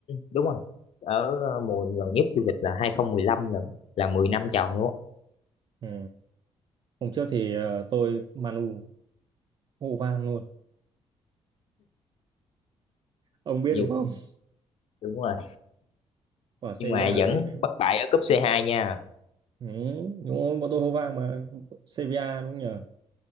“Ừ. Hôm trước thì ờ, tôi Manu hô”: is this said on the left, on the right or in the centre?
Right